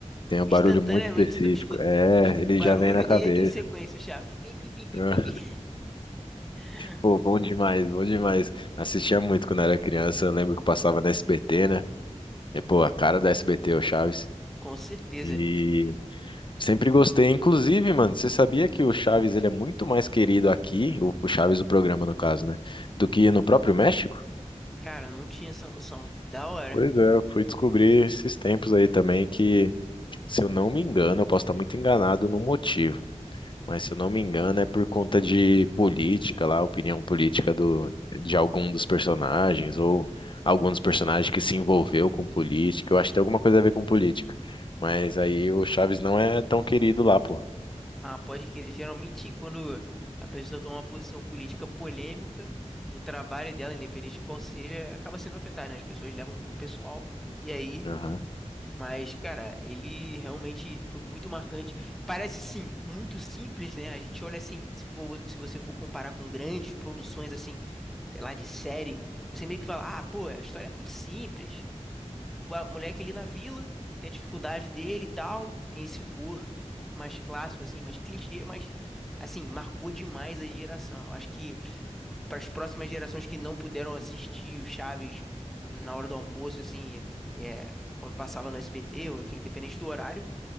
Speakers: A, on the left; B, in the centre.
A: Tem um
B: Instantaneamente
A: barulho muito específico.
B: eu escuto,
A: É,
B: eu escuto
A: ele
B: barulho
A: já vem na cabeça.
B: e em sequência o Chaves. Pi, pi, pi, pi,
A: Ah,
B: pi, pi. <laughs>
A: Pô, bom demais, bom demais. Assistia muito quando era criança. Eu lembro que passava na SBT, né? E, pô, a cara da SBT, o Chaves.
B: Com certeza.
A: E sempre gostei. Inclusive, mano, você sabia que o Chaves ele é muito mais querido aqui, o, o Chaves, o programa no caso, né? Do que no próprio México?
B: Cara, não tinha essa noção. Da hora.
A: Pois é, eu fui descobrir esses tempos aí também que, se eu não me engano, eu posso estar muito enganado no motivo, mas se eu não me engano é por conta de política lá, opinião política do, de algum dos personagens ou algum dos personagens que se envolveu com política. Eu acho que tem alguma coisa a ver com política, mas aí o Chaves não é tão querido lá, pô.
B: Ah, pode crer. Geralmente, quando a pessoa toma uma posição política polêmica, o trabalho dela, independente de qual seja, acaba sendo afetado, né? As pessoas levam pro pessoal e aí
A: Aham,
B: Mas, cara, ele realmente foi muito marcante. Parece, sim, muito simples, né? A gente olha assim, se for, se você for comparar com grandes produções, assim, sei lá, de série, você meio que fala, ah, pô, a história é muito simples. O a- moleque ali na vila tem a dificuldade dele e tal, tem esse humor mais clássico, assim, mais clichê, mas, assim, marcou demais a geração. Eu acho que para as próximas gerações que não puderam assistir o Chaves na hora do almoço, assim. é, quando passava no SBT, ou enfim, independente do horário,